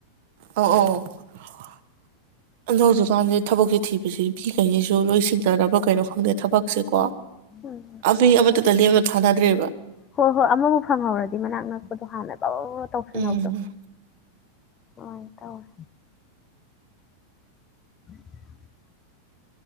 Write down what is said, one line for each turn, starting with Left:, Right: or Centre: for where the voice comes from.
Right: ꯑꯣ ꯑꯣ <unintelligible> ꯑꯗꯣ ꯍꯧꯖꯤꯀꯥꯟꯖꯦ ꯊꯕꯛꯁꯤ ꯊꯤ <inaudible> ꯐꯤ ꯀꯩꯅꯤꯁꯨ ꯂꯣꯏ ꯁꯤꯡꯗꯅꯕ ꯀꯩꯅꯣ ꯈꯪꯗꯦ ꯊꯕꯛꯁꯦ ꯀꯣ
Left: ꯎꯝ
Right: ꯑꯕꯤ ꯑꯕ ꯇꯗ ꯂꯦ <unintelligible> ꯊꯥꯅꯗ꯭ꯔꯦꯕ
Left: ꯍꯣꯏ ꯍꯣꯏ ꯑꯃꯕꯨ ꯐꯪꯍꯧꯔꯗꯤ ꯃꯅꯥꯛ ꯅꯛꯄꯗ ꯍꯥꯟꯅ ꯕꯕꯕ ꯇꯧꯁꯤꯟꯍꯧꯕꯗꯣ
Right: ꯎꯝ
Left: ꯑꯡ ꯇꯧꯑꯦ <unintelligible>